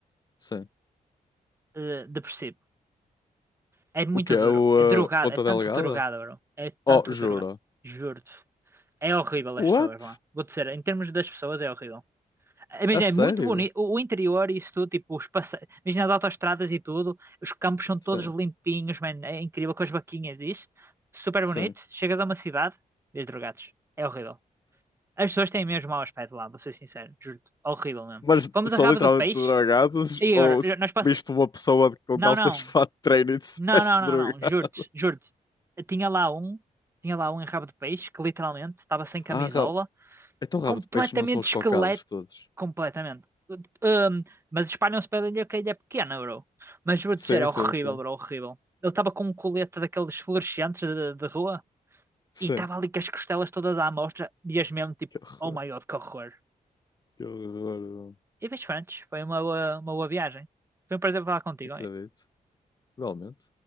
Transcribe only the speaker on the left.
Sim.
O quê? É
o
uh, Ponta
Delgada?
Oh, jura.
What?
A sério?
Sim,
sim.
Mas
são
literalmente
drogados
ou
s-
viste uma pessoa de- com
calças
<laughs> de fato de treino e disseste
drogado?
Ah, rabo. Então rabo
de peixe não são os
cocados todos.
Sim,
sim,
sim.
Sim.
Que horror.
Que horror, mano.
Acredito. Realmente.